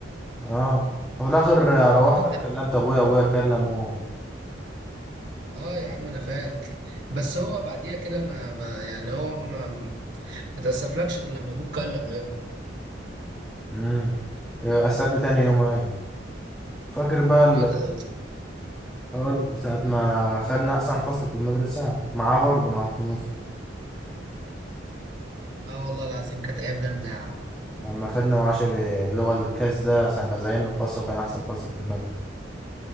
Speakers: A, in the centre; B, on the right (about 65°).
A: اه وفي الاخر
B: انا
A: روحت
B: فاكر
A: انا كلمت ابويا ابويا كلمه
B: اه يا عم انا فاكر بس هو بعديها كده ما, ما يعني هو ما ما تاسفلكش غير لما ابوك كلمه يا ابني
A: امم اتأسف لي تاني يوم ايوه فاكر بقى
B: هو تأ-
A: الحوار ساعة ما خدنا أحسن فصل في المدرسة معاه برضه مع الفصول
B: اه والله العظيم كانت ايام جامده يا عم
A: لما خدنا معاشر اللغة الكاس ده عشان ما زينا الفصل وكان أحسن فصل في المدرسة